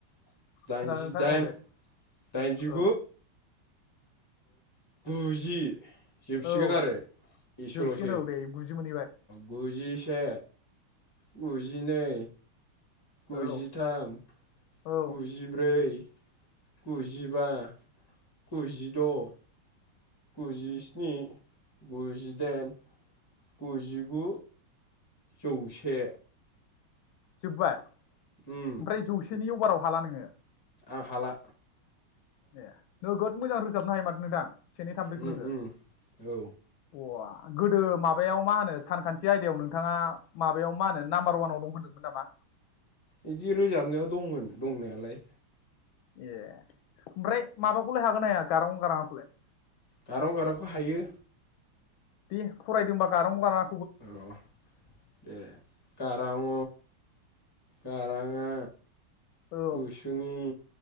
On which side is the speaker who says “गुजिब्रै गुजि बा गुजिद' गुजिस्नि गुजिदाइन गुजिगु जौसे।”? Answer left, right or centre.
Left